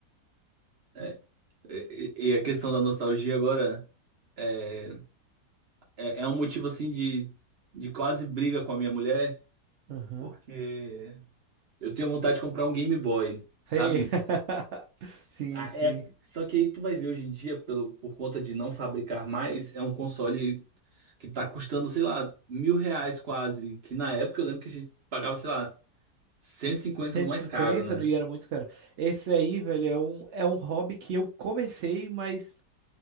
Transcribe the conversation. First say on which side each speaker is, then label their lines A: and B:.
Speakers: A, on the right (about 40°); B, on the right (about 65°).
A: É, e, e a questão da nostalgia agora é, é, é um motivo assim de, de quase briga com a minha mulher,
B: Aham.
A: porque eu tenho vontade de comprar um Game Boy,
B: Hey.
A: sabe?
B: <laughs>
A: S-
B: Sim,
A: a-
B: sim.
A: É, só que aí tu vai ver hoje em dia, pelo, por conta de não fabricar mais, é um console que tá custando, sei lá, mil reais quase. Que na época eu lembro que a gente pagava, sei lá, 150
B: 150
A: no mais caro, né?
B: e cinquenta, e era muito caro. Esse aí, velho, é um, é um hobby que eu comecei, mas